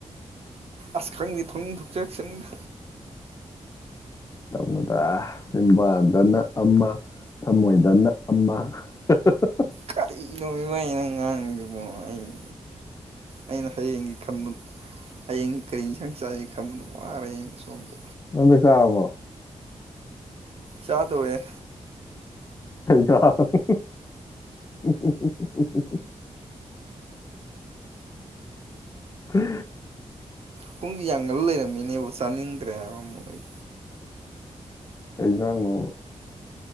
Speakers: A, on the right; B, on the left.
A: ꯑꯁ ꯈꯪꯗꯤꯦ ꯊꯣꯡꯅꯤꯡ ꯊꯣꯛꯆꯔꯛꯁꯤꯗ
B: ꯃꯗ ꯅꯤꯡꯝꯕ ꯅꯅ ꯑꯃ ꯊꯃꯣꯏꯗꯅ ꯑꯃ <unintelligible>
A: ꯀꯔꯤ ꯂꯣꯤꯕꯏ ꯅꯪꯥꯡꯒꯤꯕꯣ ꯑꯩ ꯎ ꯑꯩꯅ ꯍꯌꯦꯡꯒꯤ ꯈꯟꯕ ꯍꯌꯦꯡ ꯀꯔꯤ ꯏꯟꯁꯥꯡ ꯆꯥꯏꯌꯦ ꯈꯟꯕꯗ ꯋꯥꯔꯦ ꯑꯩ ꯁꯣꯝꯗ
B: ꯅꯪꯗꯤ ꯀꯥꯔꯕꯣ
A: ꯆꯥꯗꯣꯔꯦ
B: ꯀꯩ ꯍꯦꯟꯖꯥꯡ ꯍ ꯍ ꯍ ꯍꯤ ꯍꯤ ꯍꯤ ꯍꯤ
A: ꯄꯨꯡꯁꯤ ꯌꯥꯝ ꯉꯜ ꯂꯩꯔꯝꯃꯤꯅꯦꯕꯣ ꯆꯥꯅꯤꯡꯗ꯭ꯔꯦ ꯍꯥꯏꯕ ꯑꯃꯨꯛ ꯑꯩ
B: ꯀꯩꯖꯥꯡꯅꯣꯕ